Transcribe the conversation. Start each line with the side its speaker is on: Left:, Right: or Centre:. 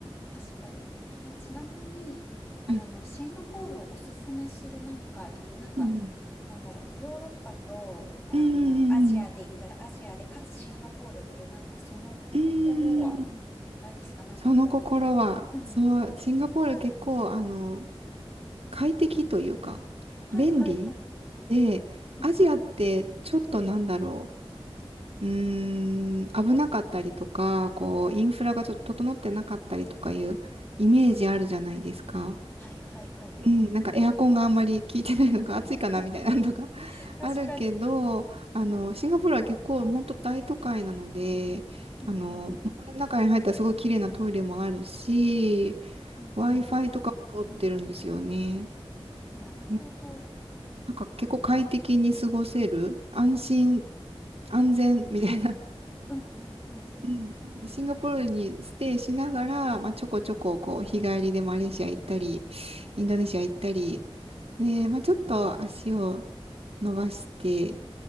Left: 確かに。え、ちなみに、あの、
Right: はい。
Left: シンガポールをおすすめするなんか理由、なんか、
Right: うん
Left: なんだろう、ヨーロッパと、あの、
Right: うん。うんうん
Left: アジアで言ったらアジアで、かつシンガポールっていうなんかその心は、
Right: うんうん。うんうんうん
Left: あれですか、なんかこ
Right: その心は、
Left: う、うん。
Right: そう、シンガポール結構、あの、快適というか、
Left: はいはいはい。
Right: 便利で、
Left: うんうん。
Right: アジアってちょっとなんだろう、うーん、危なかったりとか、こう、インフラがちょっと整ってなかったりとかいうイメージあるじゃないですか。
Left: はいはいはい
Right: うん、なんかエアコンがあんまり効いてないのか暑いかなみたいなのとか
Left: <laughs>。
Right: <laughs>
Left: 確かに。
Right: あるけど、あの、シンガポールは結構本当大都会なので、
Left: うんうん。
Right: あの、モールの中に入ったらすごい綺麗なトイレもあるし、
Left: うんう
Right: Wi-Fi とかも通ってるんですよね。
Left: ん。なるほど。
Right: うんなんか結構快適に過ごせる、安心、安全みたいな。<laughs>
Left: うんうんうんうん。
Right: うん。で、シンガポールにステイしながら、まあ、ちょこちょこ、こう、日帰りでマレーシア行ったり、インドネシア行ったり、で、まあ、ちょっと足を伸ばして、